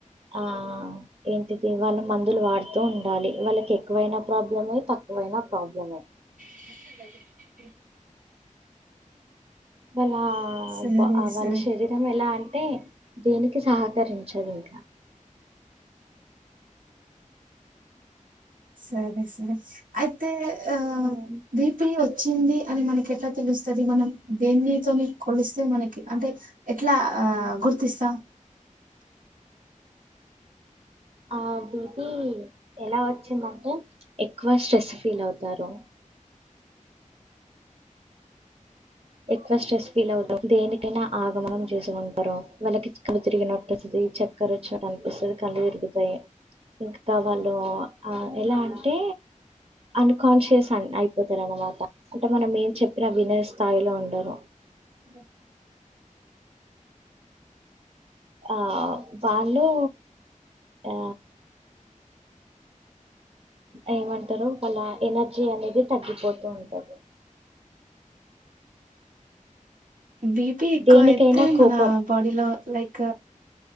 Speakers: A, on the right; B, on the right.
A: ఆ ఏంటికి వాళ్ళ మందులు వాడుతూ ఉండాలి వాళ్ళకి ఎక్కువైైన ప్రాబ్లం తక్కువ నువ్వు అయిన ప్రాబ్లమే
B: ఇ
A: వాళ్ళ
B: సరే
A: వ వాళ్ళ
B: సరే
A: శరీరం ఎలా టే దేనికి సహకరించదు ఇంకా
B: సరే సరే అయితే ఆ
A: ఉమ్,
B: బిపి వచ్చింది అని మనకి ఎట్లా తెలుస్తుంది మనం దేన్ని తోని కొలిస్తే మనకి అంటే ఎట్లా ఆ గుర్తిస్తాం
A: ఆ బిపి ఎలా వచ్చిందంటే ఎక్కువ స్ట్రెస్ ఫీల్ అవుతారు ఎక్కువ స్ట్రెస్ ఫీల్ అవుతాం దేనికైనా ఆగమగం చేసుకుంటారు వాళ్ళకి కళ్ళు తిరిగినట్టు చక్కర వచ్చినట్టు అనిపిస్తది కళ్ళు తిరుగుతాయి ఇంకా వాళ్ళు ఓ ఆ ఎలా అంటే అన్కాన్షియస్ అన్ అయిపోతారనమాట సె మనం ఏం చెప్పినా వినే స్థాయిలో ఉండరు
B: బ
A: ఆ వాళ్ళు ఆ ఏమంటారు వాళ్ళ ఎనర్జీ అనేది తగ్గిపోతూ ఉంటది
B: బీపీ ఎక్కువ
A: దేనికైనా
B: అయితే మన
A: కోపం
B: బాడీలో లైక్